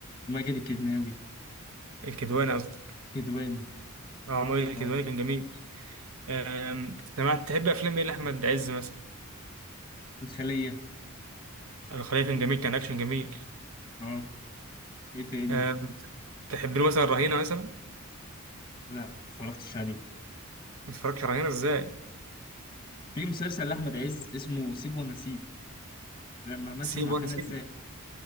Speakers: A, on the left; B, on the right.
A: ماجد الكدناوي
B: الكدواني قصدك
A: كدواني
B: اه مؤيد الكدواني
A: اه
B: كان جميل آم، سمعت تحب افلام ايه لاحمد عز مثلا
A: الخلية
B: الخلية كان جميل كان اكشن جميل
A: اه ايه تاني
B: آم، تحب له مثلا رهينة مثلا
A: لا متفرجتش عليه
B: ما تتفرجش على رهينة ازاي
A: في مسلسل لأحمد عز اسمه سيب ونسيب لما مثل
B: سيب
A: مع
B: وانا
A: هنا
B: سيب
A: الزاهد